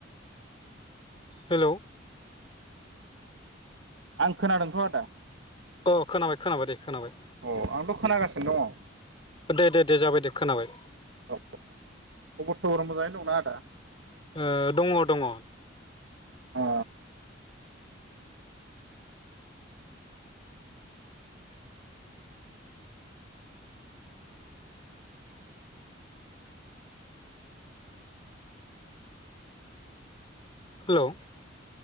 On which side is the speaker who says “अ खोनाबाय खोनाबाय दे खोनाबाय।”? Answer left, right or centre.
Left